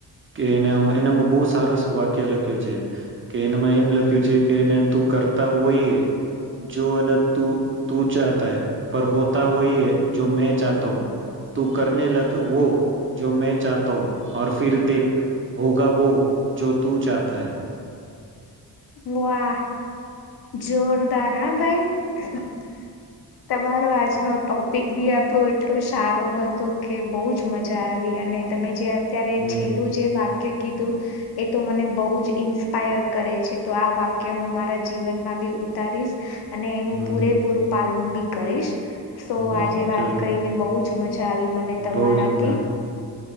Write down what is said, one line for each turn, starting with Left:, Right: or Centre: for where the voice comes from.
Right: કે એને એનામાં બહુ સાર વાક્ય લખ્યું છે કે એનામાં એમ લખ્યું છે કે એને તું કરતા હોઈએ જો એને તું તું ચા ૈ પર હોતા વહીૈ જો મે ચાતા હું તું કર લગ વો જો મે ચાતા હું ફર દેખ હોગ વો જો તું ચાતા હૈ
Left: વાહ જોરદાર હા ભાઈ તમારો આજનો ટોપિક બી આપણો એટલોું સારો હતો કે બહજ મજા આવી અને તમે જે અત્યારે
Right: હમ
Left: છેલ્લું જે વાક કે કીધું એ તો મને બહુ જ ઇન્સ્પાયર કરે છે તો આ વાક્ય હું મારા જીવનમાં બી ઉતારીશ અને એનું
Right: હમ
Left: પૂરેપૂરું પાલન બી કરીશ <inaudible> સો
Right: હમ
Left: આજે વાત
Right: ચલો
Left: કરીને બહુ જ મજા આવી મને તમારાથી
Right: બહુ જ હમણા